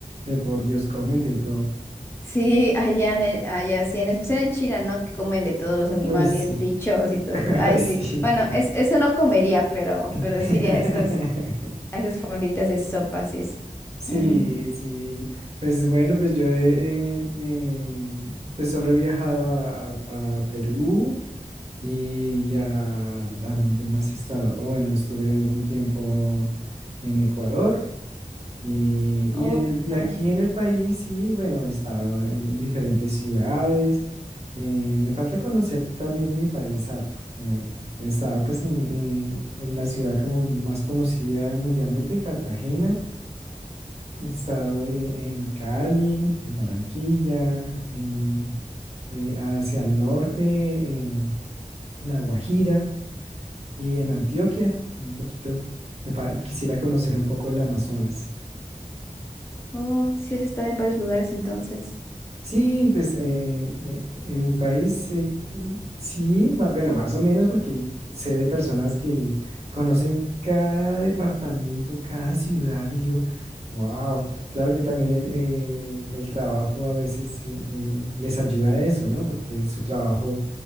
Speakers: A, on the right; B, on the left.
A: de por Dios comen de todo.
B: sí, allá, en e- allá sí, en especial en China, ¿no? Que comen de todos los animales,
A: Uy, sí,
B: bichos y todo
A: <laughs>
B: eso. Ay,
A: uy, sí.
B: sí. Bueno, es, eso no comería, pero,
A: <laughs>
B: pero sí iría a esas, a esas fonditas de sopas y eso.
A: Sí,
B: Mm.
A: sí. Pues bueno, pues yo he, eh, eh, pues solo he viajado a, a- a Perú, ¿Y ya a dónde más he estado? o bueno, estuve un tiempo en Ecuador y, y
B: Oh,
A: en el,
B: qué
A: y
B: padre.
A: aquí en el país, y bueno, he estado en, en diferentes ciudades. Eh, me falta conocer también de mi país harto. Eh, he estado pues en, en- en la ciudad como más conocida mundialmente, Cartagena. He estado eh, en Cali, en Barranquilla, en, eh, hacia el norte, en La Guajira. Y en Antioquia, un poquito, me fa- quisiera conocer un poco el Amazonas.
B: Oh, sí es estar en varios lugares entonces.
A: Sí, pues eh, eh, en mi país, eh, mm, sí, ma- bueno, más o menos porque sé de personas que conocen cada departamento, cada ciudad y yo, wow, claro que también el, eh, el trabajo a veces eh, les ayuda a eso, ¿no? Porque su trabajo